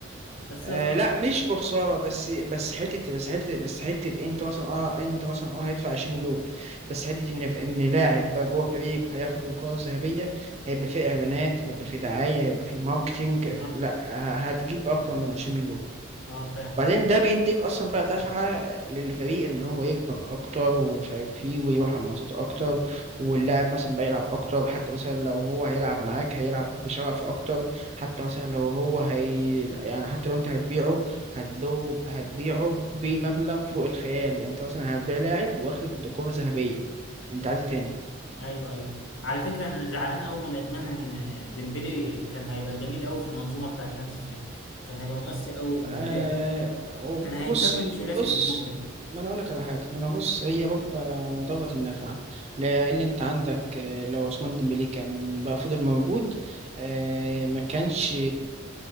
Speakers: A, on the left; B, on the right.
A: بس
B: آه
A: خ...
B: لا مش بخساره بس بس حته بس حته بس حته انت مثلا اه انت مثلا اه هيدفع 20 مليون بس حته ان ان لاعب بقى جوه فريق هياخد الكره الذهبيه هيبقى فيه اعلانات هيبقى فيه دعايه هيبقى فيه ماركتينج
A: بالظبط
B: لا ه- هتجيب اكتر من 20 مليون
A: اه فعلا
B: بعدين ده بيديك اصلا بقى دفعة للفريق ان هو يكبر اكتر ومش عارف ايه ويروح على الماتشات اكتر واللاعب مثلا بقى يلعب اكتر حتى مثلا لو هو هيلعب معاك هيلعب بشغف اكتر حتى مثلا لو هو هي يعني حتى لو انت هتبيعه هتبيعه هتبيعه بمبلغ فوق الخيال يعني انت مثلا هتبيع لاعب واخد كرة ذهبية انت عايز إيه تاني
A: ايوه ايوه على فكرة انا زعلان قوي وندمان ان ديمبلي كان هيبقى جميل قوي في المنظومة بتاعت هانس فليك كان هيبقى مؤثر قوي وممتاز
B: آه وب-
A: كان هيكمل
B: بص
A: ثلاثي
B: بص
A: الهجوم ده
B: ما انا اقول لك على حاجه ما انا بص هي بابا دوت النافعه لان انت عندك آه، لو عثمان ديمبلي كان بقى فضل موجود آه ما كانش